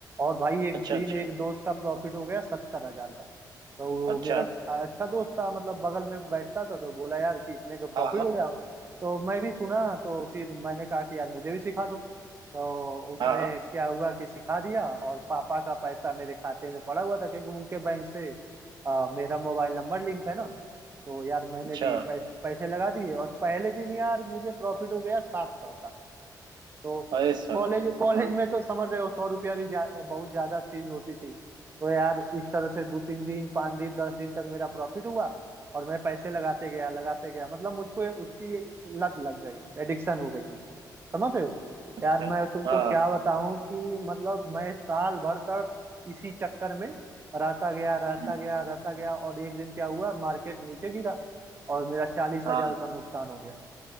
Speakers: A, on the right; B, on the right.
A: और भाई एक
B: अच्छा
A: दिन
B: अच्छा
A: एक दोस्त का प्रॉफिट हो गया सत्तर हजार का तो वो
B: अच्छा
A: मेरा अच्छा दोस्त था मतलब बगल में बैठता था तो बोला यार कि इतने का प्रॉफिट
B: हाँ हाँ
A: हो गया तो मैं भी सुना तो फिर मैंने कहा कि यार मुझे भी सिखा दो तो उसने
B: हाँ हाँ
A: क्या हुआ कि सिखा दिया और पापा का पैसा मेरे खाते में पड़ा हुआ था क्योंकि उनके बैंक से आ, मेरा मोबाइल नंबर लिंक है ना तो यार मैंने
B: अच्छा
A: भी पैस, पैसे लगा दिए और पहले दिन यार मुझे प्रॉफिट हो गया सात सौ का तो
B: अरे साला
A: कॉलेज कॉलेज
B: हाँ
A: में तो समझ रहे हो सौ रुपया भी जा, बहुत ज्यादा चीज होती थी तो यार इस तरह से दो तीन दिन पाँच दिन दस दिन तक मेरा प्रॉफिट हुआ और मैं पैसे लगाते गया लगाते गया मतलब मुझको उसकी लत लग गई एडिक्शन हो गई मुझे समझ रहे हो
B: अच्छा
A: यार मैं तुमको
B: हाँ
A: क्या बताऊं कि मतलब मैं साल भर तक इसी चक्कर में रहता गया रहता
B: हम्म,
A: गया रहता गया और एक दिन क्या हुआ मार्केट नीचे गिरा और मेरा चालीस
B: हाँ
A: हजार का नुकसान हो गया